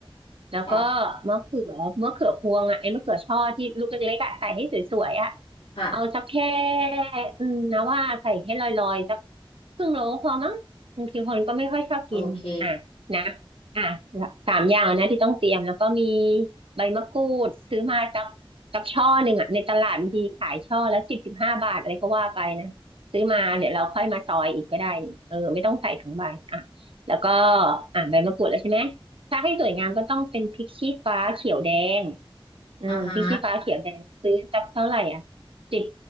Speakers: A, on the right; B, on the left.
A: แล้วก็
B: ค่ะ
A: มะเขือมะเขือพวงอ่ะไอ้มะเขือช่อที่ลูกเล็กๆอ่ะใส่ให้สวยๆอ่ะ
B: ค่ะ
A: เอาสักแค่อืมนะว่าใส่ให้ลอยๆสักครึ่งโลพอมั้งบางทีคนก็ไม่ค่อยชอบกินอ่ะนะ
B: โอเค
A: อ่ะสามอย่างนะที่ต้องเตรียมแล้วก็มีใบมะกรูดซื้อมาสักสักช่อหนึ่งอ่ะในตลาดบางทีขายช่อละสิบสิบห้าบาทอะไรก็ว่าไปนะ ซื้อมาเดี๋ยวเราค่อยมาซอยอีกก็ได้นี่เออไม่ต้องใส่ทั้งใบอ่ะแล้วก็อ่ะใบมะกรูดแล้วใช่ไหมถ้าให้สวยงามก็ต้องเป็นพริกชี้ฟ้าเขียวแดงอืมพริกชี้ฟ้าเขียวแดงซื้อสักเท่าไหร่อ่ะ
B: อ่าฮะ
A: สิบ